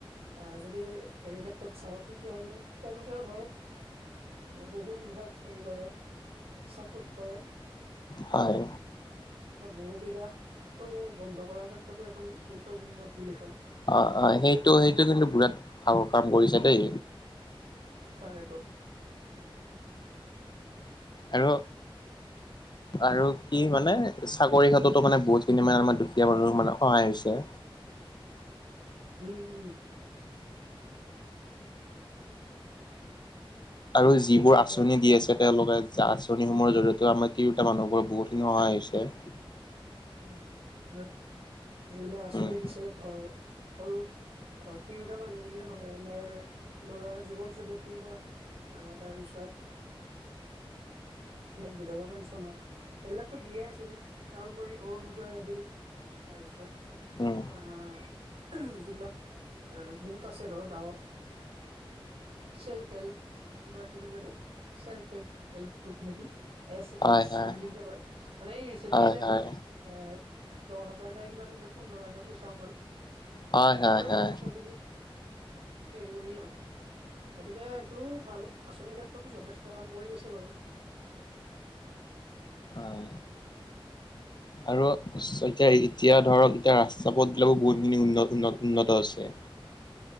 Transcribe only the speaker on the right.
আ যদি হেৰি ক্ষেত্ৰত চাওঁ তেতিয়াহ'লে তেওঁলোকেও ধৰ আ বহু বিভাগ হেৰি কৰে চাপৰ্ট কৰে
বহু বিঘাহটো বন্ধ কৰাৰ ক্ষেত্ৰতো এখন গুৰুত্বপূৰ্ণ বিল এখন
তাকেতো
উম উম
সেইটোৱে
এতিয়া
উ আমাৰ যিবিলাক আঁচনি
দিছে ধৰ অকল অ তিৰো তা মানুহ বুলিয়ে নহয় আমাৰ ল'ৰা যুৱক যুৱতী বা আ তাৰপিছত বিধৱা পেঞ্চন হওক এইবিলাকতো দিয়ে আছিল তাৰোপৰি অৰুণোদয় আহিল তাৰপিছত
আহ যিবিলাক এ গোত আছে ধৰ গাঁৱত চেল্ফ হেল্প কিবা কি বুলি কয় এইটো ছেল্ফ পেপ গ্ৰুপ নেকি এচ
এইচ চি
বুলি যে কয় মানে এই ৰিচেন্টলি
যে
এ দহ হাজাৰ নাই কিবা বুলি যে পোন্ধৰ হাজাৰ পইচ তামাল
তাতেও
যথেষ্ট খিনি হেৰি কৰি আৰু গতিকে এইটো ভাল আঁচনিৰ ক্ষেত্ৰতো যথেষ্ট কাম কৰি আছে বাৰু